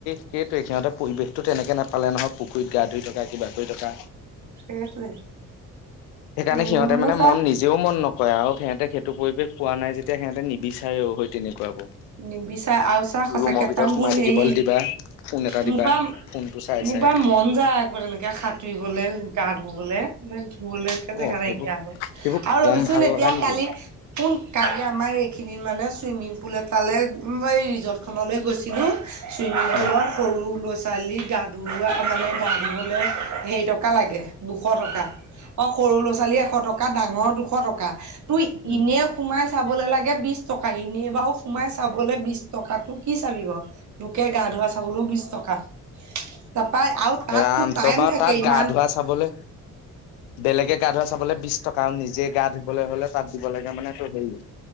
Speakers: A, on the left; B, on the right.
A: সেইোৱে সিহঁতে পৰিৱেশতো তেনেকে নাপালে নহয়। পুখুৰীত গা ধুই থকা কিবা কৰি থকা।
B: সেইটোৱে
A: সেইকাৰণে
B: উম
A: সিহঁতে
B: মোৰ
A: মানে
B: চা
A: মন নিজ নিেও মন নকৰে, আৰু সিহঁতে সেইটো পৰিৱেশ পোৱা নাই যেতিয়া সিহঁতে নিবিচাৰেও সেই তেনেকুৱাবোৰ
B: নিবিচাৰে আৰু চা সচাকে
A: ৰুমৰ ভিতৰত
B: পৰাাৰ
A: সোমাই
B: মোৰ
A: থাকিবলৈ
B: হেৰি
A: দিবা ফোন এটা
B: মোৰ
A: দিবা।
B: পৰা মোৰ
A: ফোনটো চাই চাই
B: পৰায় মন যায় আকৌ তেনেকে সাঁতুৰিবলে, গা ধুবলে ধবলৈকে
A: অ
B: জেগা
A: সেইবোৰ
B: নাইকিয়া হল। ‌
A: সেইবোৰ
B: আৰু
A: কম
B: ৰবচোন
A: ভাল
B: এতিয়া
A: লগা নেকি
B: কালি কোন কালি আমাৰ এইখিনিত মানে ছুইমিং পুল এটালৈ এই ৰিজৰ্টখনলৈ গৈছিলোঁ চুইমিং
A: ন
B: পুলৰ সৰু ল ছোৱালী গা ধু মানে গা ধুবলৈ হেৰি টকা লাগে দুশ টকা অ সৰু ল'ৰা ছোৱালী এশ টকা ডাঙৰ দুশ টকা ত
A: উম।
B: এনে সোমাই চাবলৈ লাগে বিশ টকা এনেই বাৰু সোমাই চাবলৈ বিশ টকাাতটো কি চাবি বাৰ লোকে গা ধোৱা চাবলৈও বিশ টকা তাৰপা আৰু তাততো
A: ৰামটো
B: টাইম
A: বাৰু
B: থাকে
A: তাত
B: ইমান
A: গা ধোৱা চাবলৈ বেলেগে গা ধোৱা চাবলৈ বিশ টকা আৰু নিজে গা ধুবলৈ হলে তাত দিব লাগে মানে এইটো হেৰি